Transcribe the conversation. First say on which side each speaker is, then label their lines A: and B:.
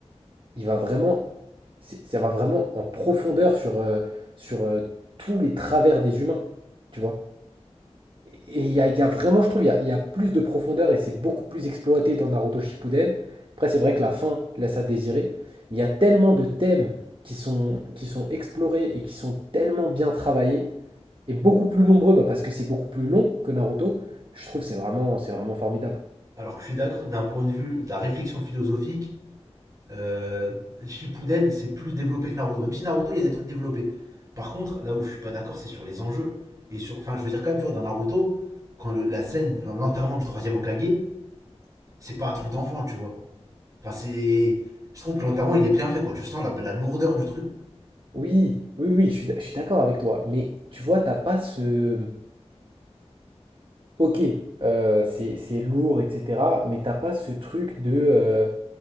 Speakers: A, on the right; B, on the right.
A: il va vraiment, c'est- ça va vraiment en profondeur sur euh, sur euh, tous les travers des humains. Tu vois? Et il y a, y a vraiment, je trouve, il y a, y a plus de profondeur et c'est beaucoup plus exploité dans Naruto Shippuden. Après, c'est vrai que la fin laisse à désirer. Mais il y a tellement de thèmes qui sont, qui sont explorés et qui sont tellement bien travaillés et beaucoup plus nombreux bah, parce que c'est beaucoup plus long que Naruto. Je trouve que c'est vraiment, c'est vraiment formidable.
B: Alors que je suis d'accord que d'un point de vue de la réflexion philosophique, euh, Shippuden, c'est plus développé que Naruto. Même si Naruto, il y a des trucs développés. Par contre, là où je suis pas d'accord, c'est sur les enjeux. Et sur, enfin, je veux dire quand même, tu vois, dans Naruto, quand le- la scène, l'enterrement du troisième Hokage c'est pas un truc d'enfant, tu vois. Enfin, c'est, je trouve que l'enterrement, il est bien fait, quoi. Tu sens la, la lourdeur du truc.
A: Oui, oui, oui, je suis, d- je suis d'accord avec toi. Mais tu vois, t'as pas ce. Ok, euh, c'est, c'est lourd, etc. Mais t'as pas ce truc de. euh,